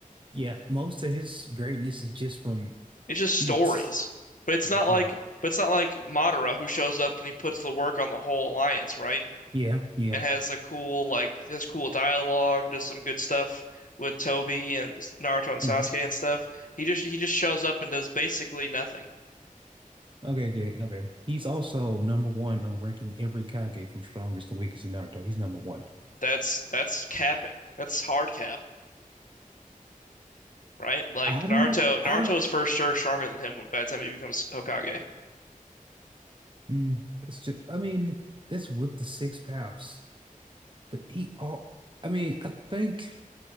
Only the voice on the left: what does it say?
It's just
stories. But it's
not like
but it's not like Madara who shows up and he puts the work on the whole alliance, right?
And has a cool like has cool dialogue, does some good stuff with Tobi and Naruto and Sasuke
and stuff. He just he just shows up and does basically nothing.
That's that's capping. That's hard cap, right? Like
Naruto Naruto
is for sure stronger than him when by the time he becomes Hokage.